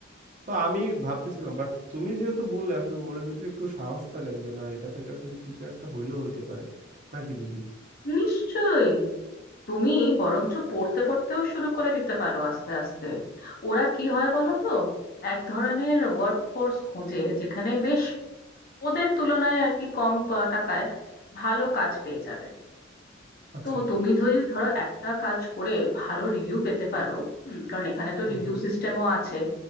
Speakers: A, on the right; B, on the left.
A: তো আমি ভাবতেছিলাম বাট তুমি যেহেতু বললে আসলে মনের ভিতরে একটু সাহস পাইলাম যে না এটা থেকে আসলে কিছু একটা হইলেও হইতে পারে নাকি দিদি
B: নিশ্চয়ই তুমি বরঞ্চ পড়তে পড়তেও শুরু করে দিতে পারো আস্তে আস্তে ওরা কি হয় বলো তো এক ধরনের ওয়ার্ক ফোর্স খোঁজে যেখানে বেশ ওদের তুলনায় আর কি কম পা- টাকায় ভালো কাজ পেয়ে যাবে
A: আচ্ছা
B: তো তুমি যদি ধরো একটা কাজ করে ভালো রিভিউ পেতে পারো হুম কারণ এখানে তো
A: হুম
B: রিভিউ
A: হুম
B: সিস্টেমও আছে